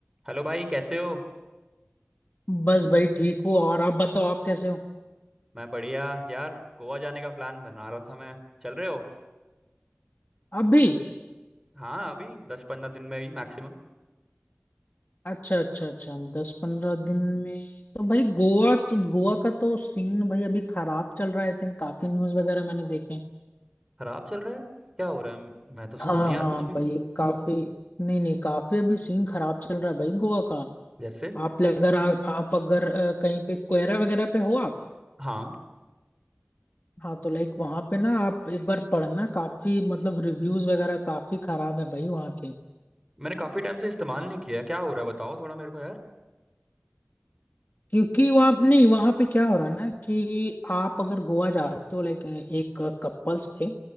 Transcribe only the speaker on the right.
Hello भाई कैसे हो
मैं बढ़िया यार गोवा जाने का प्लान बना रहा था मैं चल रहे हो
हाँ अभी दस पंद्रह दिन में ही मैक्सिमम
खराब चल रहा है क्या हो रहा है म- मैं तो
सुना नहीं यार
कुछ भी
जैसे
हाँ
मैंने काफी टाइम से इस्तेमाल नहीं किया क्या हो रहा है बताओ थोड़ा मेरे को यार